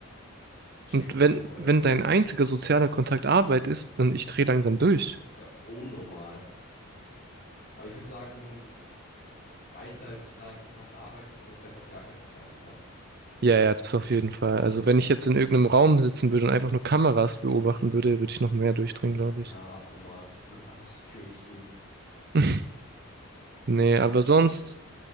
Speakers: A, on the left; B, on the right.
A: Ich check,
B: Und wenn,
A: was du meinst.
B: wenn dein einziger sozialer Kontakt Arbeit ist, dann ich drehe langsam durch.
A: Ja, unnormal. Aber ich würde sagen, einzelner Sozialkontakt, Arbeit ist immer noch besser als gar keinen sozialen Kontakt.
B: Ja, ja, das auf jeden Fall. Also wenn ich jetzt in irgendeinem Raum sitzen würde und einfach nur Kameras beobachten würde, würde ich noch mehr durchdrehen, glaube
A: Ja,
B: ich.
A: abnormal. <laughs> Einfach so Security, Dude.
B: <laughs> Nee, aber sonst.